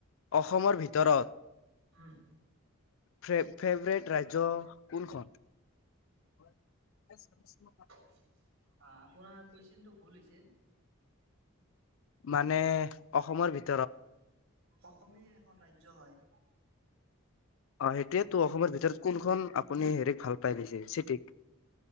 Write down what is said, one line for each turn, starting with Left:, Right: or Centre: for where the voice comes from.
Left: অসমৰ ভিতৰত
Right: হম।
Left: ফেভ-ফেভৰেট ৰাজ্য কোনখন? <inaudible>
Right: অ আপোনাৰ কুশৱেচনটো ভুল হৈছে।
Left: মানে অসমৰ ভিত
Right: অসমেই এখন ৰাজ্য হয়।
Left: অ সেইটোয়েতো অসমৰ ভিতৰত কোনখন আপুনি হেৰিক ভাল পাই বেছি? চিটিক?